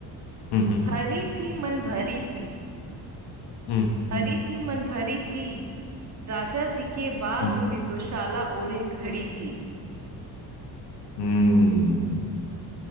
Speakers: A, on the left; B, on the right.
A: हम्म हम्म
B: हरी थी मन भरी थी
A: हम्म
B: हरी
A: हम्म
B: थी मन भरी थी राजा जी के बाग
A: हम्म।
B: में तो शाला ओढ़े खड़ी थी
A: हम्म,